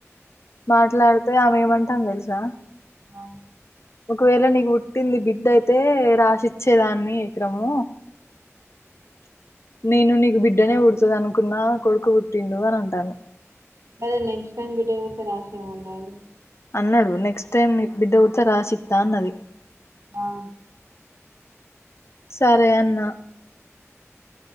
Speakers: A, on the left; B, on the right.
A: మాట్లాడితే ఆమెమంటాందొ తెలుసా
B: ఆ
A: ఒకవేళ నీకు పుట్టింది బిడ్డ అయితే రాసిచ్చేదాన్ని ఎకరము నేను నీకు బిడ్డనే పుడతది అనుకున్నా కొడుకు పుట్టిండు అని అంటాను
B: మరి నెక్ట్ టైమ్ బిడ్డ పెడితే రాసీమనరాదు
A: అన్నాడు నెక్ట్ టైమ్ నీకు బిడ్డ పుడితేరాసిత్తా అన్నది
B: ఆ
A: సరే అన్న